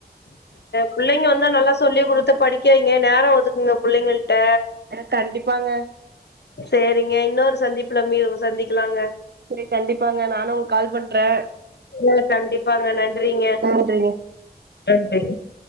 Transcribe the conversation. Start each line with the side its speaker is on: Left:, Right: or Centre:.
Left: பிள்ளைங்க வந்தா நல்லா சொல்லிக குடுத்து படிக்க வைங்க நேர ஒதுக்குங்க புள்ளைங்கள்ட்ட
Right: ஆ கண்டிப்பாங்க
Left: சேரிங்க இன்னொரு சந்திப்புல மீ சந்திக்கலாங்க
Right: சரி கண்டிப்பாங்க நானு உங் கால் பண்றே
Left: அ கண்டிப்பாங்க நன்றிங்க
Right: என்ன பண்றீங்க
Left: <unintelligible>